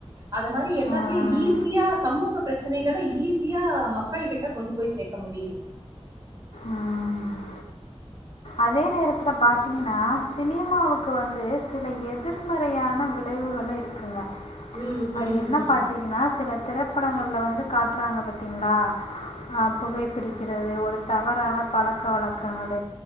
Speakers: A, on the right; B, on the left.
A: அத மாரி எல்லாத்தையு
B: ஆ
A: ஈசியா சமூக பிரச்சனைகள ஈஸ் யா மக்கள் கிட்ட கொண்டு போய் சேக்க முடியுது
B: ஆ ஆ அதே நேரத்துல பாத்தீங்கன்னா சினிமாவுக்கு வந்து சில எதிர்மறையான விளைவுகள இருக்குங்க
A: ம்,
B: அது
A: ம்,
B: என்ன
A: ம்.
B: பாத்தீங்கன்னா சில திறப் ப்படங்கல்ல வந்து காட்டுறாங்க பாத்தீங்களா ஆ புகைப்பிடிக்கிறது ஒரு தவறான பழக்க வழக்கங்கள்